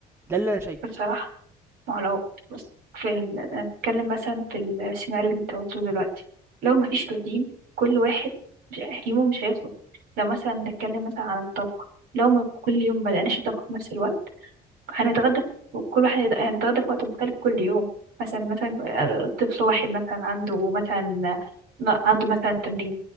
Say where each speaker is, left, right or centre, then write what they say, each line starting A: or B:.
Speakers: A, on the right (about 15°); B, on the right (about 80°).
A: ده اللي انا شايفه
B: بصراحة ما هو لو بص في ال... انا بتكلم مثلا في السيناريو اللي انت قلته دلوقتي لو مفيش روتين كل واحد مش... يومه مش هيخلص لو مثلا نتكلم مثلا عن الطبخ لو ما كل يوم بدأناش الطبخ في نفس الوقت هنتغدى في- كل واحد هيت- هنتغدى في وقت مختلف كل يوم مثلا مثلا آه، طفل واحد مثلا عنده مثلا آه، عنده مثلا تمرين